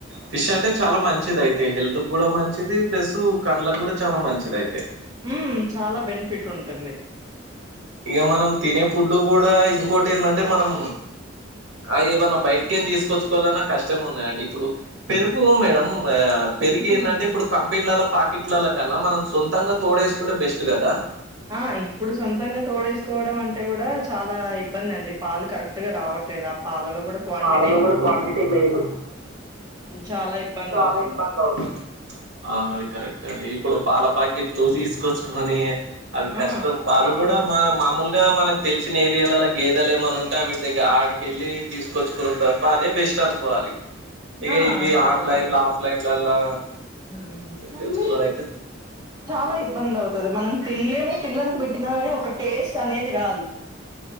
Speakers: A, on the right; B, on the right.
A: ఫిష్ అంటే చాలా మంచిది అయితే హెల్త్ హెల్త్ గూడా మంచిది ప్లస్ కడ్లకు గూడా చాలా మంచిది అయితే
B: ఉమ్ చాలా బెనిఫిట్ ఉంటుంది
A: ఇగా మనం తినే ఫుడ్డు గూడా ఇంకోటి ఏంటంటే మనం ఆ ఏదన్న బయట్కేన్ తీసుకొచ్చుకోవాలన్న కష్టం ఉన్నయండి ఇప్పుడు పెరుగు మేడం పా పెరుగు
B: హ్మ్.
A: ఏందంటే ఇప్పుడు కంపిన్లల్ల పాకిట్లల కన్నా మనం సొంతంగా తోడేసుకుటే బెస్ట్ గదా
B: ఆ ఇప్పుడు సొంతంగ తోడేసుకోవడం అంటే గూడా చాలా ఇబ్బంది అండి పాలు కరెక్ట్ గా రావట్లేదు ఆ పాలలో గూడ క్వాంటి
A: లల్ల క్వాంటిటీ లేదు
B: చాలా ఇబ్బందవుతుంది.
A: చాలా ఇబ్బంది అవుతు ఆ అది కరెక్ట్ అండి ఇప్పుడు పాల పాకెట్లు తీసుకొచ్చుకోనీ అవి కష్టం
B: ఆ!
A: పాలు కూడా మా మామూలుగా మనకు తెలిసిన ఏరియాలల గేదెలు ఏమన ఉంటే అవిట్ దగ్గ ఆడికెళ్ళీ తీసుకొచ్చుకునం పప్ప అదే బెస్ట్ అనుకోవాలి ఇగ
B: ఆ!
A: ఇవీ
B: ఇంకా
A: ఆన్లైన్ల
B: అదే బెటర్.
A: ఆఫ్లైన్లలా
B: హ్మ్. మమ్మీ.
A: తెచ్చుకునుడైతే
B: చాలా ఇబ్బంది అవుతది మనం తిన్లేము పిల్లలకి బెట్ పెట్టినా గాని ఒక టేస్ట్ అనేది రాదు